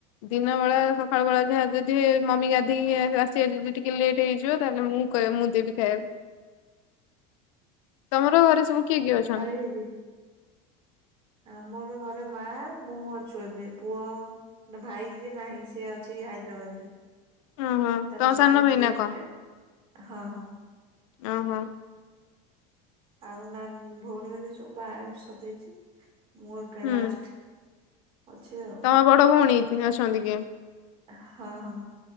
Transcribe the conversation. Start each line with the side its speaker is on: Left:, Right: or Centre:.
Left: ଦିନ ବେଳା ସକାଳ ବେଳା ଯାହା ଯଦି ମମି ଗାଧେଇିକି ଆସିବା ଯଦି ଟିକିଏ ଲେଟ ହେଇଯିବ ତାହେଲେ ମୁଁ କହିବେ ମୁଁ ଦେବି ଖାଇବାକୁ ତମର ଘରେ ସବୁ କିଏ କିଏ ଅଛନ୍ତି?
Right: ଦିଦି। ଆମର ଘରେ ମା ମୁଁ ଅଛୁଏବେ ପୁଅ ମାନେ ଭାଇ ଯିଏ ନାହିଁ ସେ ଅଛି ହାଇଦ୍ରାବାଦରେ।
Left: ହଁ ହଁ
Right: ତାର
Left: ତମ
Right: ସେଠିକ
Left: ସାନ ଭାଇ
Right: ସିଏ
Left: ନା କଣ?
Right: ଯାଏ ହଁ ହଁ।
Left: ଅଁ ହଁ
Right: ଆଉ ନାହିଁ ଭଉଣୀ ମାନେ ସବୁ ବାହାଘର ସରିଯାଇଛି ମୁଁ ଏକା
Left: ହୁଁ
Right: ଲାଷ୍ଟେ। ଅଛି ଆଉ
Left: ତମ ବଡ ଭଉଣୀ ଅଛନ୍ତି କିଏ?
Right: ହଁ ହଁ